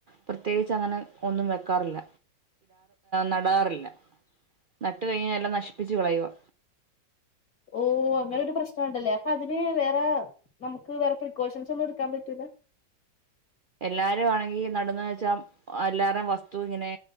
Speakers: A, on the right (about 80°); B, on the left (about 50°).
A: പ്രത്യേകിച്ച് അങ്ങനെ ഒന്നും വെക്കാറില്ല. നടാറില്ല നട്ട് കഴിഞ്ഞ എല്ലാം നശിപ്പിച്ച് കളയുവാ
B: ഓ അങ്ങനെ
A: അത്
B: ഒരു പ്രശ്നംണ്ടല്ലേ അപ്പൊ അ പിന്നെ വേറെ നമുക്ക് വേറെ പ്രിക്കോഷൻസ് ഒന്നും എടുക്കാൻ പറ്റൂല്ല.
A: എല്ലാരും ആണെങ്കി നട്ന്നെ വെച്ചാ എല്ലാരേം വസ്തു ഇങ്ങനെ